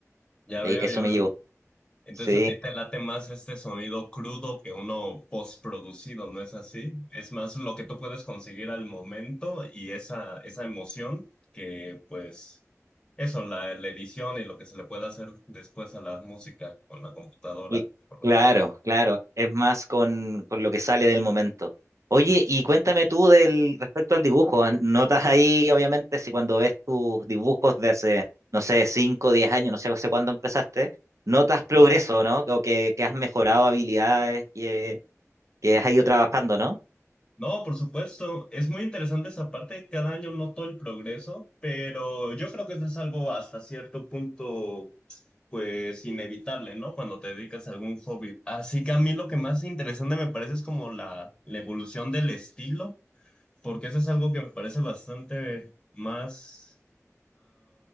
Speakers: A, on the left; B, on the right.
A: Ya
B: Eh,
A: veo,
B: Eso
A: ya veo.
B: me llevó.
A: Entonces
B: Sí.
A: a ti te late más este sonido crudo que uno postproducido, ¿no es así? Es más lo que tú puedes conseguir al momento y esa, esa emoción que pues eso, la, la edición y lo que se le puede hacer después a la música con la computadora,
B: Y-
A: por
B: Claro,
A: lo que es.
B: claro. Es más con, con lo que sale del momento. Oye, y cuéntame tú del respecto al dibujo. ¿an- ¿Notas ahí, obviamente, si cuando ves tus dibujos de hace, no sé, 5 o 10 años, no sé hace cuándo empezaste, notas progreso, ¿no? O que, que has mejorado habilidades y eh, que has ido trabajando, ¿no?
A: No, por supuesto, es muy interesante esa parte, cada año noto el progreso, pero yo creo que eso es algo hasta cierto punto pues inevitable, ¿no? Cuando te dedicas a algún hobby. Así que a mí lo que más interesante me parece es como la, la evolución del estilo, porque eso es algo que me parece bastante más